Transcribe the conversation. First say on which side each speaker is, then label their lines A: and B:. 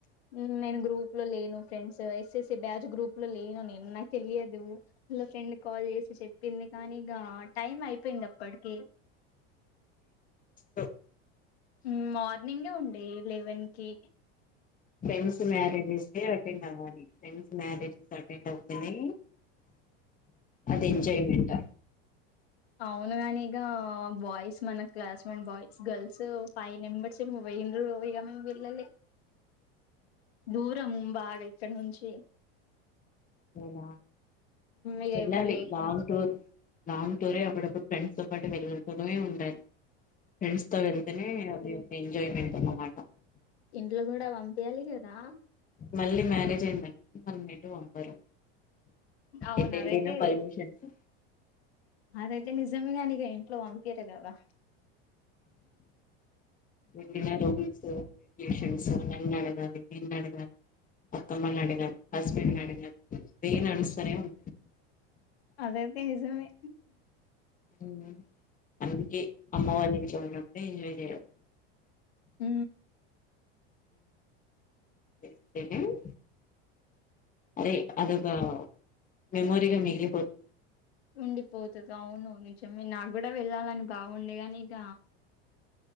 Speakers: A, on the left (about 85°); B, on the left (about 25°).
A: ఉమ్ నేను గ్రూప్ లో లేను friends A S. S batch group లో లేను నేను నాకు తెలియదు. అల్లో ఫ్రెండ్ కాల్ చేసి చెప్పింది. కానీ ఇగ. ఆ టైం అయిపోయింది. అప్పడ్కి
B: అ
A: యూ మార్నింగే ఉండే లెవెన్ కి
B: ఫ్రెండ్స్ మ్యారేజెస్ కె అటెండ్ అవ్వాలి ఫ్రెండ్స్ మ్యారేజెస్ అటెండ్ అవుతనే అది ఎంజాయ్మెంట్ ఆ
A: అవును కానీ ఇక బాయ్స్ మన క్లాస్ మేన్ బాయ్స్ గర్ల్స్ ఫైవ్ మెంబర్స్ ఏమో పోయిండ్రు టో ఈగ మిన్ వెళ్ళలే దూరం బాగా ఇక్కడ నుంచి
B: ఏనా
A: ఇక
B: వెళ్ళాలి
A: ఎవ్వరు లేకుండా
B: లాంగ్ టూర్ లాంగ్ టూర్ ఎ అప్పుడప్పుడు ఫ్రెండ్స్ తో పాటు వెల్లలపోవడమే ఉండాలి ఫ్రెండ్స్ తో వెళ్తేనే అది. ఒక ఎంజాయ్మెంట్ అన్నమాట.
A: ఇంట్లో కూడా పంపియ్యాలి కదా
B: మళ్ళీ మ్యారేజ్ అయ్యిందంటే మనల్ని ఎటు పంపరు
A: అవును
B: ఎటెళ్ళినా
A: అదైతే
B: పర్మిషన్స్
A: అదైతే నిజమే కాని ఇక ఇంట్లో పంపియ్యరు కదా
B: వెళ్ళినా రూల్స్ రెగ్యులేషన్స్ నన్ను అడగాలి నిన్ను అడగాలి అత్తమ్మ నీ అడగాలి హస్బెండ్ని అడిగాలి ఇవే నడుస్తనే ఉన్
A: అదైతే నిజమే
B: యూ అందుకే అమ్మవారి ఇంట్లో ఉన్నప్పుడే ఎంజాయ్ చేయలి
A: ఊ
B: ఎ ఏంది అరే అదొక మెమోరీగా మిగిలిపోత్
A: ఉండిపోతుంద అవును నిజమే నాకు కూడా వెళ్ళాలని బాగుండే గాని ఇక